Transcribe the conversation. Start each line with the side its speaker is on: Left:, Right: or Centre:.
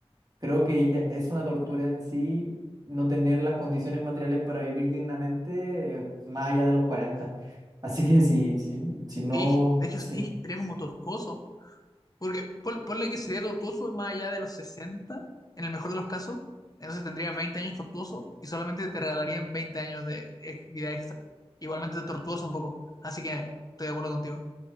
Right: creo que ya es una tortura en sí no tener las condiciones materiales para vivir dignamente, eh, más allá de los cuarenta Así que sí sí si no...
Left: Y, de hecho,
Right: Sí.
Left: sí, sería como tortuoso. Porque pon- ponle que sería tortuoso más allá de los 60, en el mejor de los casos, entonces tendrías 20 años tortuoso y solamente te regalarían 20 años de ex- vida extra. Igualmente tortuoso un poco, así que estoy de acuerdo contigo.